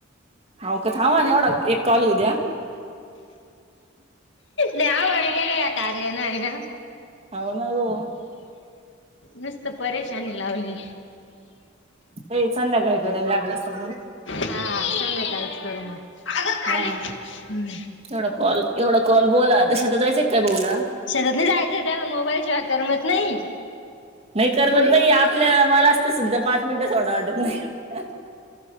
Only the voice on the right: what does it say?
हाव का थांबा ना एवढा एक कॉल उद्या
हाव ना गो.
ते संध्याकाळी करयन लागलस तर मग.
हा
एवढा कॉल एवढा कॉल बोला तशात जायचं काय बऊला?
नाही करमत बाई आपल्या मलाच तर सुद्धा पाच मिनट सोडा वाटत नाही.